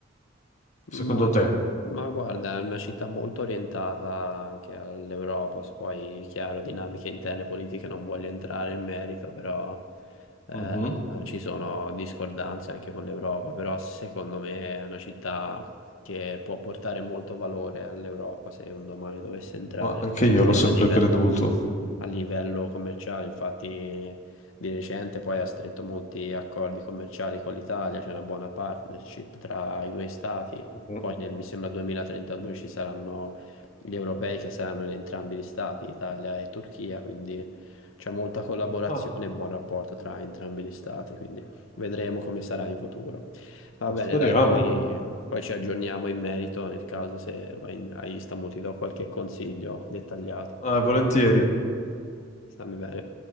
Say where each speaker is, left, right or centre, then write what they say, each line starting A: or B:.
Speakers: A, on the left; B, on the left.
A: Ma,
B: secondo te?
A: ma guarda, è una città molto orientata anche all'Europa, se poi chiaro, dinamiche interne politiche non voglio entrare in merito, però eh,
B: Mhm.
A: ci sono discordanze anche con l'Europa, però secondo me è una città che può portare molto valore all'Europa se un domani dovesse entrare,
B: Ma anche io
A: perché
B: l'ho sempre
A: a livello
B: creduto.
A: a livello commerciale, infatti di recente poi ha stretto molti accordi commerciali con l'Italia, c'è una buona partnership tra i due stati.
B: Mhm.
A: Poi nel, mi sembra 2032 ci saranno gli europei che saranno in entrambi gli stati, Italia e Turchia, quindi c'è molta collaborazione
B: Ah,
A: e buon rapporto tra entrambi gli stati, quindi vedremo come sarà in futuro. Va
B: ma
A: bene,
B: speriamo.
A: dai, poi, poi ci aggiorniamo in merito nel caso se vai in- a Istanbul, ti do qualche consiglio dettagliato.
B: Ah, volentieri.
A: Stammi bene.